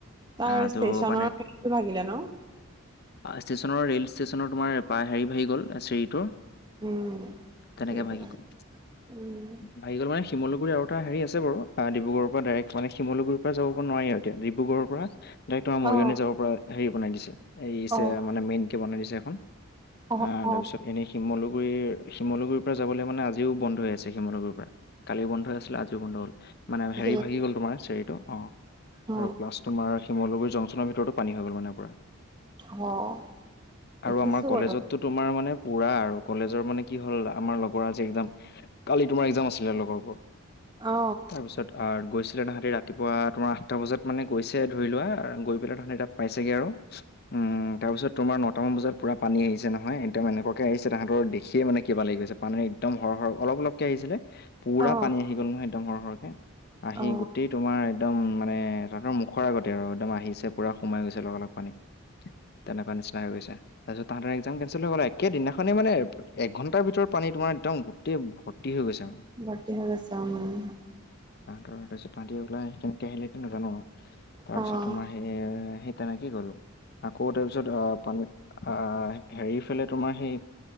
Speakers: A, on the right (about 20°); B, on the left (about 50°).
A: তাৰ
B: আ
A: ষ্টেচনৰ
B: তো মানে
A: হেৰিটো ভাগিলে ন
B: আ ইষ্টেচনৰ ৰেল ইষ্টেচনৰ তোমাৰ। প্ৰায় হেৰি ভাগি গ'ল চিৰিটোৰ
A: উম
B: তেনেকৈ
A: সেইটো
B: ভাগি
A: কাৰণে
B: গ'ল
A: উম
B: ভাগি গ'ল মানে শিমলুগুৰি আৰু এটা হেৰি আছে বাৰু। ডিব্ৰুগড়ৰ পৰা ডাইৰেক্ মানে শিমলুগুৰি পৰা যাব নোৱাৰি আৰু এয়া ডিব্ৰুগড়ৰ পৰা ডাইৰেক্ট তোমাৰ মৰিয়নি
A: অ
B: যাবৰ পৰা হেৰি বনাই দিছে এই
A: অ
B: মানে মেইন কে বনাই দিছে এখন
A: অ
B: আ
A: অ
B: তাৰপিছত এনেই শিমলুগুৰিৰ শিমলগুৰিৰ পৰা যাবলৈ মানে আজিও বন্ধ আছে শিমলগুৰি পৰা কালি বন্ধ হৈ আছিলে আজও বন্ধ হ'ল মানে হেৰি
A: জোৰ
B: ভাগি গ'ল তোমাৰ চেৰিতটো অ',
A: অ
B: আৰু প্লাছ তোমাৰ শিমলুৰি জং চনৰ ভিতৰটো পানী হৈ' গল মানে পোৰা।
A: অ', দেখিছো
B: আৰু আমাৰ কলেজতো
A: বাৰু
B: তোমাৰ মানে পুৰা আৰু কলেজৰ মানে কি হ'ল আমাৰ লগৰ আজি একাম কালি তোমাৰ এক্সাম আছিলে লগৰবোৰ
A: অ
B: তাৰপিছত অ গৈছিলে তাহাঁতি ৰাতিপুৱা তোমাৰ আঠটা বজাত মানে গৈছে ধৰি লোৱা গৈ পেলাই তাহাঁতি তাত পাইছেগৈ আৰু উম তাৰপিছত তোমাৰ নটামান বজাত পূৰা পানী আহিছে নহয়। এনেকুৱাকে আহিছে তাহাঁতৰ দেখিয়ে মানে কিবা লাগি গৈছে পানী একদম সৰ সৰ অলপ অলপকে আহিছিলে। পূৰা
A: অ
B: পানী আহি গ'ল নহয় একদম সৰহ সৰহকে আহি
A: অ
B: গোটেই তোমাৰ একদম মানে ততৰ মুখ। খৰ আগতে আৰু একদম আহিছে পুৰা সোমাই গৈছে লগা লগ পানী তেনেকুৱা নিচিনা। ময়গৈছে তাৰপিছত তাহাতৰ এক্সাম কেনচেল হৈ গল আ। একেই দিনাখনেই মানে একঘণ্টাৰ ভিতৰত পানী তোমাৰ একদম গোটেই ভৰ্তি হৈ গৈছে মানে
A: গটেই হয় <unintelligible>
B: তাহাঁতৰ তাৰপিছত তাহাতি ওলাই সেইনেকে আহিলে নাজানো আৰু তাৰ
A: অ',
B: পিছত তোমাৰ সেই সেই তেনে কি গ'লো আকৌ তাৰ পিছত অ। পানীত আ হেৰি ফালে তোমাৰ সেই